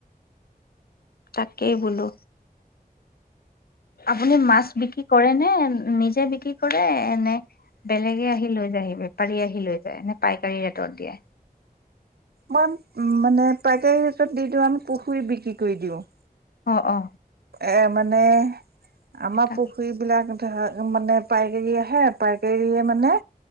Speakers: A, on the left (about 75°); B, on the right (about 85°).
A: তাকাকেই বলো আপুনি মাছ বিক্ৰী কৰে নে নিজে বিক্ৰী কৰে এনেে বেলেগে আহি লৈ যায়হি বেপাৰী আহি লৈ যায় নে পাইকাৰী ৰেটত দিয়ে
B: মান উ মানে পাইকাৰীৰ হচত দি দি আমি পুখুৰী বিক্ৰী কৰি দিওঁ
A: অ অ
B: এ মানে আমাৰ
A: এটা
B: পুখুৰী বিিলাক ধ মানে পাইকাৰ আহে পাইকাৰীয়ে মানে